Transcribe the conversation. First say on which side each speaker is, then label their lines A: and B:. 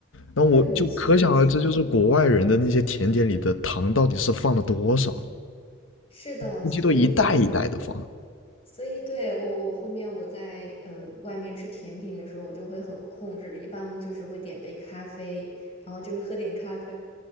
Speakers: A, on the left; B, on the left.
A: 然后我就可想而知，
B: 对，没错，没错，
A: 就是国外人的那些甜点里的糖到底是放了多少，
B: 是的，
A: 估计都一袋一袋的放。
B: 所以。所以对我，我后面我在呃外面吃甜品的时候，我就会很控制，一般就是会点杯咖啡，然后就是喝点咖啡，